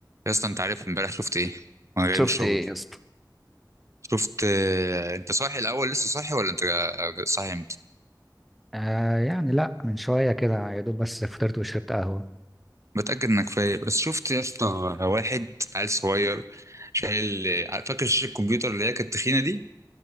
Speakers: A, on the right; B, in the centre.
A: يا اسطى انت عارف امبارح شفت ايه وانا جاي
B: شفت
A: من الشغل
B: ايه يا اسطى
A: شفت آه، انت صاحي الاول لسه صاحي ولا انت جا- صاحي امتى
B: آه يعني لا من شوية كده يا دوب بس فطرت وشربت قهوة
A: متاكد انك فايق بس شفت يا اسطى واحد عيل صغير شايل آه، فاكر شاشه الكمبيوتر اللي هي كانت تخينه دي